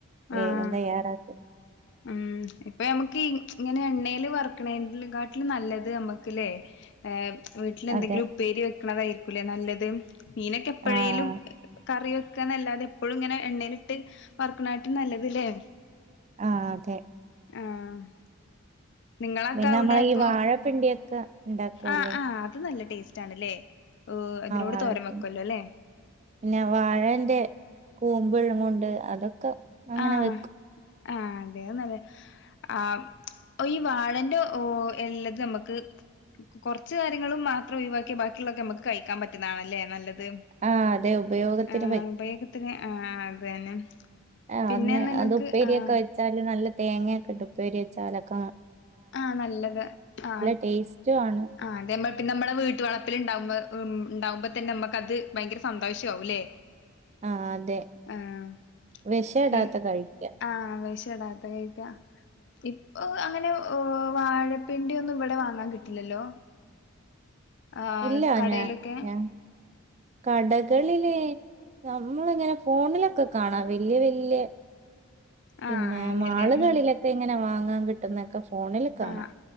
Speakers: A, on the right; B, on the left.
A: വേറെന്താ
B: ആഹ്
A: <unintelligible>
B: ഉം ഇപ്പ നമ്മക്ക് ഇ ഇങ്ങനെ എണ്ണേൽ വർക്ക്‌ണെലും കാട്ടില് നല്ലത് നമ്മക്ക്ല്ലേ ഏഹ് വീട്ടിലെന്തെങ്കിലും
A: അതെ
B: ഉപ്പേരി വെക്കണതായിരിക്കൂല്ലേ നല്ലത്. മീനൊക്കെ എപ്പഴേലും
A: ആഹ്
B: കറി വെ ക്ക്‌നല്ലാതെ എപ്പഴു ഇങ്ങനെ എണ്ണയിലിട്ട് വർക്ക്‌ണാട്ടിൻ നല്ലത് ല്ലേ.
A: ആഹ് അതെ,
B: ആഹ് നിങ്ങളൊക്കെ
A: പിന്നെ
B: അവിടെ
A: അമ്മളെ
B: ഇപ്പൊ
A: ഈ വാഴപ്പിണ്ടിയൊക്കെ ണ്ടാക്കൂല്ലേ.
B: ആഹ് ആഹ് അത് നല്ല ടേസ്റ്റാണ്ല്ലേ. ഓ അതിനോട്
A: വാഴപ്പിണ്ടി
B: തോരൻ വയ്ക്കൊല്ലോ, ല്ലേ.
A: പിന്നെ വാഴന്റെ കൂമ്പ്ളും കൊണ്ട് അതൊക്കെ അങ്ങനെ
B: ആഹ്
A: വെക്കും.
B: ആഹ് വേറെന്നല് ആഹ് ഈ വാഴന്റെ ഓ എല്ലത് നമുക്ക് ക് കൊറച്ച് കാര്യങ്ങളും മാത്രം ഒഴിവാക്കിയ ബാക്കിയുള്ളൊക്കെ നമുക്ക് കഴിക്കാൻ പറ്റുന്നാണല്ലേ നല്ല ത്
A: ആഹ് അതെ ഉപയോഗത്തിന്
B: ആഹ് ഉപയോഗത്തിന് അ്ഹ അത് തന്നെ
A: അ്ഹ
B: പിന്നെ
A: അന്ന്
B: നിങ്ങൾക്ക്
A: അത് ഉപ്പേരിയൊക്കെ
B: ആഹ്
A: വെച്ചാല് നല്ല തേങ്ങൊക്കെ ഇട്ട് ഉപ്പേരി വെച്ചാലൊക്ക
B: ആഹ് നല്ലത് ആഹ്
A: ടേസ്റ്റും ആണ്
B: ആഹ് അതെ പിന്നെ നമ്മള് വീട്ട് വളപ്പിൽ ഉണ്ടകുമ്പോ അ് ഉണ്ടാകുമ്പോ തന്നെ നമുക്ക് അത് ഭയങ്കര സന്തോഷമാവുംല്ലേ.
A: ആഹ് അതെ
B: ആഹ്
A: വിഷടാത്ത
B: നി
A: കഴിക്ക
B: ആഹ് വെ ഇടാത്ത കഴിക്ക ഇപ്പോ അങ്ങനെ പ്പോ വാഴപ്പിണ്ടി ഒന്നും ഇവിടെ വാങ്ങാൻ കിട്ടില്ലല്ലോ. ആഹ്
A: ഇല്ല
B: കടലൊക്കെ
A: ഞാൻ ഞാൻ കടകളില് നമ്മള് ഇങ്ങനെ ഫോണിലൊക്കെ കാണാം വല്യ വല്യ പിന്നെ
B: ആഹ് അങ്ങനെയല്ലേ
A: മാളുകളിലൊക്കെ
B: ഉം
A: ഇങ്ങനെ വാങ്ങാൻ കിട്ടുന്നൊക്കെ ഫോണില് കാണാം.
B: ആഹ്